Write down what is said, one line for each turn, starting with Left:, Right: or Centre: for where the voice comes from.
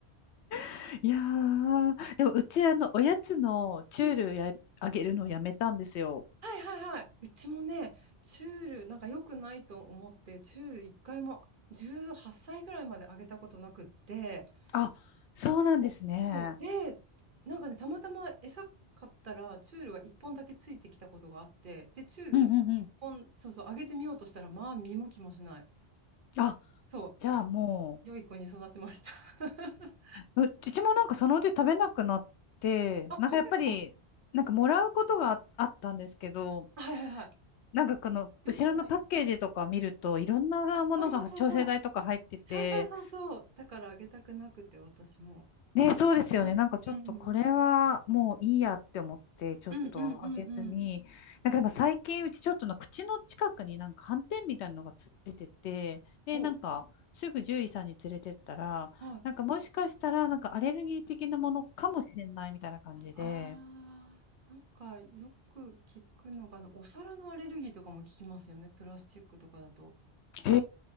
Left: す。いやー、でもうち、あの、おやつのチュールや、
Right: うん
Left: あげるのをやめたんですよ。
Right: はいはいはい。うちもね、チュール、なんか良くないと思って、チュール一回も18歳ぐらいまであげたことなくって、
Left: あ、そうなんですね。
Right: おそう。で、なんかね、たまたま餌買ったら、チュールが1本だけついてきたことがあって、で、チュール1本、
Left: うんうんうん。
Right: そうそう、あげてみようとしたら、まあ、見向きもしない。
Left: あ、
Right: そう、
Left: じゃあも
Right: 良い子に育ちました。<laughs>
Left: う、ううちもなんかそのうち食べなくなって、
Right: あ、本当ですか
Left: なんかやっぱり、なんかもらうことがああったんですけど、
Right: はいはいはい。
Left: なんかこの後ろのパッケージとか見るといろんなものが調整剤とか入ってて、
Right: よく、ない。あ、そうそうそうそう。そうそうそうそう。だからあげたくなくて、私も。
Left: ね、そうですよね。
Right: うんうん。
Left: なんかちょっとこれはもういいやって思って、ちょっとあげずに。
Right: うんうんうんうん。
Left: なんかでも最近うちちょっとの口の近くになんか斑点みたいなのがつ出てて、で、
Right: ほ
Left: なんかすぐ獣医さんに連れてったら、
Right: う。はい。
Left: なんかもしかしたらなんかアレルギー的なものかもしれないみたいな感じで、
Right: ああ、なんかよく聞くのが、あの、お皿のアレルギーとかも聞きますよね。プラスチックとかだと。
Left: へ